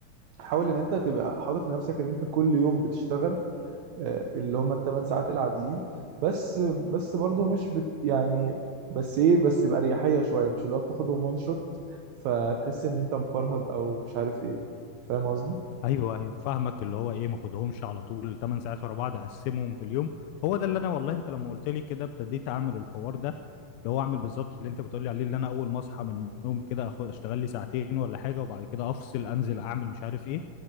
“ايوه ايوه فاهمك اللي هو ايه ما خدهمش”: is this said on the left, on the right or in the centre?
Left